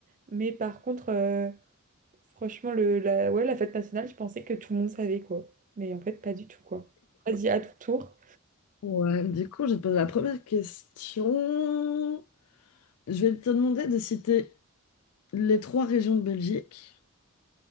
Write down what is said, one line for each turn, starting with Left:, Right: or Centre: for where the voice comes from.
Right: Mais par contre, euh, franchement, le, la... Ouais, la fête nationale, je pensais que tout le monde savait, quoi. Mais en fait, pas du tout, quoi. Vas-y, à ton tour.
Left: Ouais, du coup, je vais te poser la première question. Je vais te demander de citer les trois régions de Belgique.